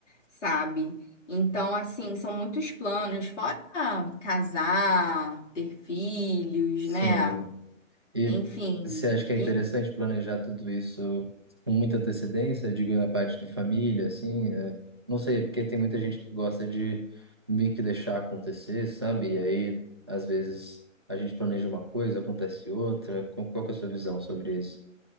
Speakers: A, on the left (about 60°); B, on the right (about 20°).
A: sabe? Então, assim, são muitos planos, fora casar, ter filhos,
B: Sim.
A: né?
B: E
A: Enfim,
B: você acha que é
A: e
B: interessante planejar tudo isso com muita antecedência? Digo, na parte de família, assim, é, não sei, porque tem muita gente que gosta de meio que deixar acontecer, sabe? E aí, às vezes, a gente planeja uma coisa, acontece outra. Qual, qual que é a sua visão sobre isso?